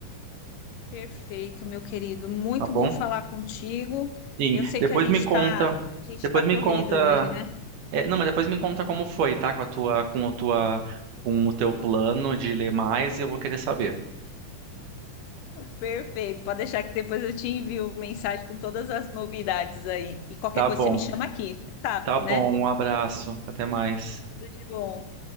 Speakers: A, on the left; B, on the right.
A: Perfeito, meu querido. Muito
B: tá bom?
A: bom falar contigo.
B: Sim.
A: Eu sei
B: Depois
A: que a gente
B: me conta.
A: está, a gente
B: Depois
A: tá
B: me
A: corrido
B: conta
A: hoje, né?
B: É, não, mas depois me conta como foi, tá? Com a tua, com a tua, com o teu plano de ler mais e eu vou querer saber.
A: Perfeito, pode deixar que depois eu te envio mensagem com todas as novidades aí. E qualquer
B: Tá
A: coisa
B: bom,
A: você me chama aqui, você sabe,
B: tá bom,
A: né?
B: um abraço, até mais.
A: Tudo de bom.